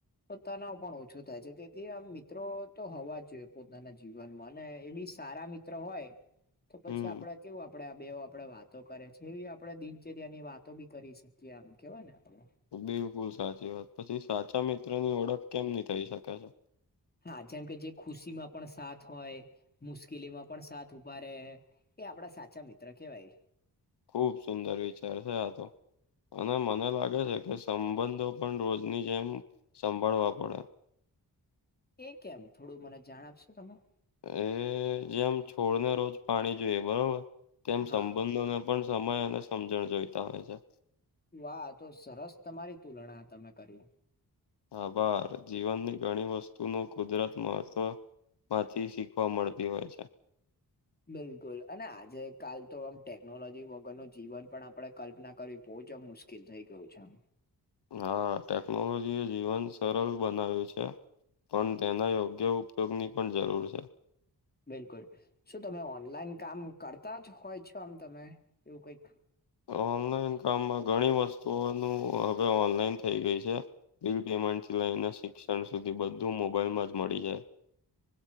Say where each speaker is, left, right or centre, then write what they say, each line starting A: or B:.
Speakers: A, on the left; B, on the left.
A: તો તનાવ પણ ઓછો થાય છે તેથી આમ મિત્રો તો હોવા જોઈએ. પોતાના જીવનમાં અને એ બી સારા મિત્રો હોય તો પછી
B: હમ
A: આપડે કેવું આપડે આ બે આપડે વાતો કરે છે. એવી આપણેે દિનચર્યાની વાતો બી કરી શકીએ આમ કેવાય ને આપણે
B: બિલકુલ સાચી વાત. પછી સાચા મિત્રની ઓળખ કેમની થઈ શકે છે?
A: હા જેમ કે જે ખુશીમાં પણ સાથ હોય, મુશ્કેલીમાં પણ સાથ ઉભા રહેે. એ આપડા સાચા મિત્ર કેવાય.
B: ખુબ સુંદર વિચાર છે આતો. અને મને લાગે છે કે સંબંધો પણ રોજની જેમ સંભાળવા પડે.
A: એ કેમ થોડું મને જાણ આપશો તમે?
B: એ જેમ છોડને રોજ પાણી જોઈએ બરોબર. તેમ
A: હા
B: સંબંધોને પણ સમય અને સમજણ જોઈતા હોય છે.
A: વાહ! આતો સરસ તમારી તુલના તમે કરી.
B: આભાર. જીવનની ઘણી વસ્તુનો કુદરત મહત્વ માંથી શીખવા મળતી હોય છે.
A: બિલકુલ અને આજે કાલ તો આમ ટેકનોલોજી વગરનું જીવન પણ આપડે કલ્પના કરવી બહુ જ આમ મુશ્કેલ થઈ ગયું છે આમ.
B: હા ટેકનોલોજી એ જીવન સરળ બનાવ્યું છે. પણ તેના યોગ્ય ઉપયોગની પણ જરૂર છે.
A: બિલકુલ. શું તમે ઓનલાઈન કામ કરતા જ હોય છો આમ તમે એવું કઈક?
B: ઓનલાઈન કામમાં ઘણી વસ્તુઓનું હવે ઓનલાઈન થઈ ગઈ છે. બિલ પેમેન્ટથી લઈને શિક્ષણ સુધી બધું મોબાઈલમાં જ મળી જાય.